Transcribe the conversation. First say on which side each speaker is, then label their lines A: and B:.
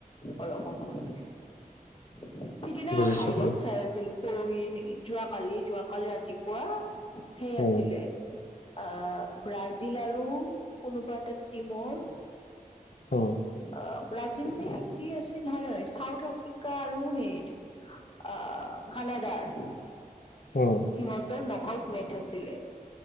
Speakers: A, on the left (about 35°); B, on the left (about 75°).
A: অলপ। সিদিনা
B: বুজিছো
A: হাইলাইট
B: বুজিছো।
A: চাই আছিলোঁ। পৰহি যোৱাকালি, যোৱাকালি ৰাতিপুৱা সেই
B: উম,
A: আছিলে অ', ব্ৰাজিল আৰু কোনোবা এটা টিমৰ।
B: উম,
A: অ', ব্ৰাজিলনে কি আছি নহয়, নহয়, চাউথ আফ্ৰিকা আৰু হেই অ', কানাডাৰ।
B: উম,
A: সিহঁতৰ নক আউট মেচ আছিলে।